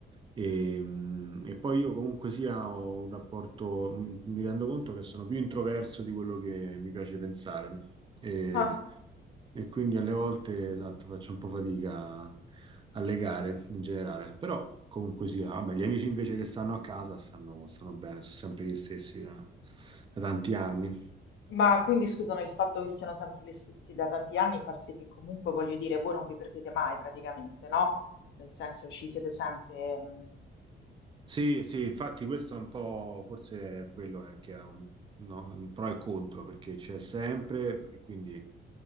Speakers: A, on the right; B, on the left.
A: E, mh, e poi io comunque sia ho un rapporto, mh, mi rendo conto che sono più introverso di quello che mi piace pensare e,
B: Ah,
A: e quindi alle volte esatto, faccio un po' fatica a legare in generale, però comunque sia, vabbè, gli amici invece che stanno a casa stanno, stanno bene, sono sempre gli stessi da, da tanti anni.
B: ma quindi scusami, il fatto che siano sempre gli stessi da tanti anni fa sì che comunque voglio dire, voi non vi perdete mai praticamente, no? Nel senso ci siete sempre... mh,
A: Sì, sì, infatti questo è un po', forse è quello eh, che ha un, no, un pro e contro, perché c'è sempre, e quindi